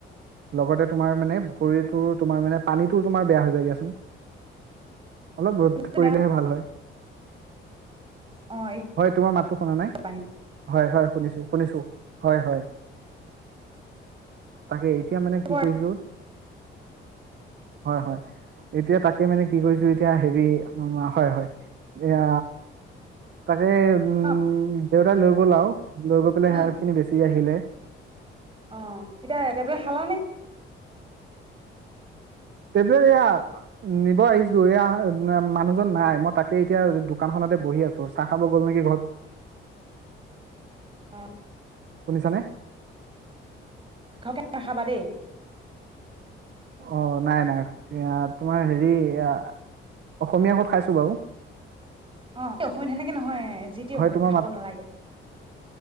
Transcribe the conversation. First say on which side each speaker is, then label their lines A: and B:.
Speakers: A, on the right; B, on the right.
A: লগতে তোমাৰ মানে পুখুৰীটো তোমাৰ মানে পানীটো তোমাৰ বেয়া হৈ যায়গাচোন। অলপ ৰদ
B: মাছটো
A: পৰিলেহে
B: বেয়া।
A: ভাল হয়,
B: অ এই
A: হয় তোমাৰ মাতো শুনা নাই।
B: পানী
A: হয়, হয় শুনিছো শুনিছো। হয় হয়, তাকে। এতিয়া মানে কি
B: অ
A: কৰিছো। হয় হয় এতিয়া তাকে মানে কি কৈছো এতিয়া হেৰি হয় হয় এয়া তাকে উম।
B: অ
A: দেউতাই লৈ গ'ল আৰু। লব পলে
B: উম
A: হে। বেচি আহিলে।
B: অ এতিয়াটবলে খালা নে?
A: তবলে এয়া নিব আহিছো এয়া মানুহজন নাই মই তাকে এতিয়া দোকানখনতে বহি আছো চাহ খাব গ'ল নেকি ঘৰত।
B: অ
A: শুনিছানে
B: ঘকে নাখাবা দেই
A: অ নাই নাই তোমাৰ হেৰি অসমীয়া ক'ত খাইছো বাৰু
B: অ অসমীয়া সেনেকে নহয় যি টি
A: হয়
B: ঘপকে
A: তোমাৰ
B: খাব
A: মাত
B: নালাগে